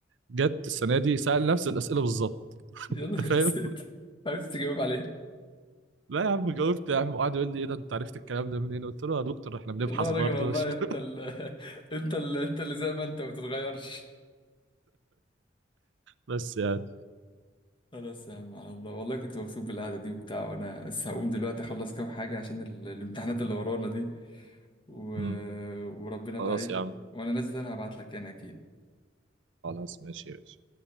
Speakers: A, on the right (about 80°); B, on the left (about 25°).
A: جت السنه دي سال نفس الاسئله بالظبط
B: يا
A: <laughs>
B: نهار
A: انت فاهم؟
B: اسود عرفت تجاوب عليها
A: لا يا عم جاوبت يا عم وقعد يقول لي ايه ده انت عرفت الكلام ده منين قلت له "آه يا دكتور احنا بنبحث
B: لا يا راجل
A: برضه
B: والله
A: مش <laughs>
B: انت ال... <laughs> انت ال... انت اللي زي ما انت ما بتتغيرش
A: بس يعني
B: خلاص يا عم على الله والله كنت مبسوط بالقعده دي وبتاع وانا بس هقوم دلوقتي اخلص كام حاجه عشان ال... الامتحانات اللي ورانا دي و...
A: مم.
B: وربنا
A: خلاص
B: بقى ايه
A: يا عم
B: وانا نازل انا هبعت لك يعني اكيد
A: خلاص ماشي ماشي